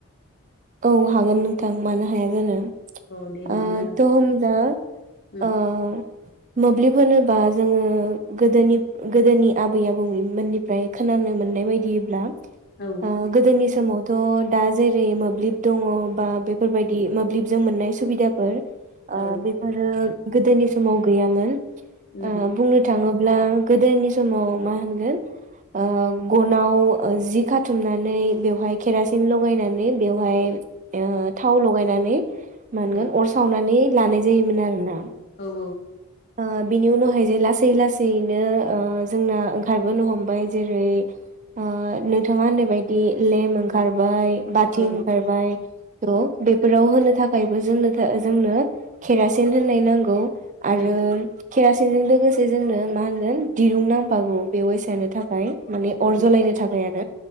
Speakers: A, on the right; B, on the left.
A: औ हागोन नोंथां मानो हाया जानो
B: औ दे बिदिब्ला
A: ओ
B: नों
A: थ होमबा
B: उम
A: ओ मोब्लिब होनो बा जोंङो गोदोनि गोदोनि आबै आबौमोननिफ्राय खोनानो मोननाय बायदियोब्ला ओ
B: औ
A: गोदोनि समावथ' दा जेरै मोब मोब्लिब दङ बा बेफोरबायदि मोब्लिबजों मोननाय सुबिदाफोर ओ
B: औ
A: बेफोरो गोदोनि समाव गैयामोन ओ
B: उम
A: बुंनो थांङो ब्ला गोदोनि समाव मा होनगोन ओ गनाव जि खाथुमनानै बेवहाय केरासिन लगायनानै बेवहाय ओ थाव लगायनानै मानगोन
B: औ
A: अर सावनानै लानाय जायोमोन आरोना
B: ओ
A: ओ बिनि उनावहाय जे लासै लासैनो ओ जोंना ओंखारबोनो हमबाय जेरै ओ नोंथाङा होन्नाय बायदि लेम
B: औ
A: ओंखारबाय बाथि
B: औ
A: ओंखारबाय त' बेफोराव होनो थाखायबो जोंनो जोंनो केरासिन होननाय नांगौ आरो
B: औ
A: केरासिनजों लोगोसे जोंनो मा होनगोन दिरुं नांफागौ बेवहाय सनो थाखाय माने अर
B: औ
A: जलायनो थाखाय आरो